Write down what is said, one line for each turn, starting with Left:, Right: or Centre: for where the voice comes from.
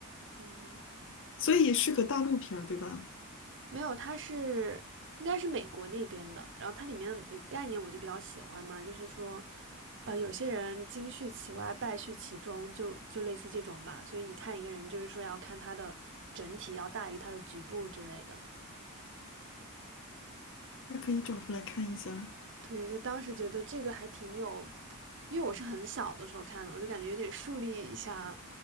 Right: 嗯，
Left: 所以是个大陆片儿对吧？
Right: 没有，它是应该是美国那边的。然后它里面有概念，我就比较喜欢嘛，就是说，呃，有些人金絮其外，败絮其中，就就类似这种吧。所以你看一个人，就是说要看他的整体要大于他的局部之类的。
Left: 那可以找出来看一下。
Right: 对，就当时觉得这个还挺有，因为我是很小的时候看的，我就感觉有点树立一下